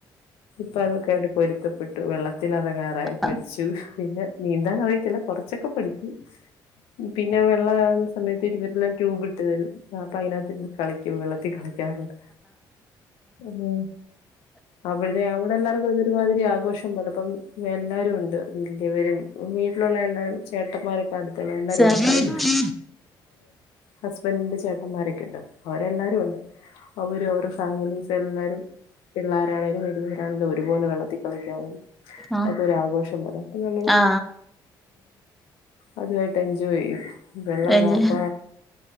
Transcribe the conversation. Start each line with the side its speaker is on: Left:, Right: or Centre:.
Left: അപ്പ അതൊക്കെയായിട്ട് പൊരുത്തപ്പെട്ടു വെള്ള വെള്ളത്തിൽ ഇറ ങ്ങാനാ യി പഠിച്ചു
Centre: ആഹ്
Left: പിന്നെ നീന്താൻ അറിയത്തില്ല കുറച്ചൊക്കെ പഠിച്ചു പിന്നെ വെള്ള ആവു ന്ന സമയത്ത് ഇരുവരെല്ലാം ട്യൂബ് ഇട്ട് തരും അപ്പോ അതിനകത്ത് കളിക്കും വെള്ളത്തി കളിക്കാറുണ്ട് ഉ അപ്പോഴത്തെേ അ എല്ലർക്കും അതൊ ഒരുമാതിരി ആഘോഷം പോലപ്പം എല്ലാവരും ഉണ്ട് വലിയവരും വീട്ടിലുള്ള എല്ലാരും ചേട്ടന്മാരൊക്കെ ഒണ്ടു എല്ലാരുമുണ്ട്
Centre: ചേർക്ക
Left: അതായത് ഹസ്ബൻഡിന്റെ ചേട്ടന്മാരൊക്കെ ഉണ്ടോ അവരെല്ലാവരുും ഉണ്ട് അവര അവരു ഫാമിലീസ് എല്ലാരും പിള്ളേരണേങ്കിലും വലിയ രണ്ടും ഒരുപോലെ വെള്ളത്തി കളിക്കാൻ
Centre: ആ
Left: അതൊ രു ആഘോഷം പോല അപ്പൊ നമ്മള്
Centre: ആ
Left: അതുമായിട്ട് എൻജോയ് ചെയ്യും വെള്ള
Centre: റേഞ്ച്
Left: കാപ്പ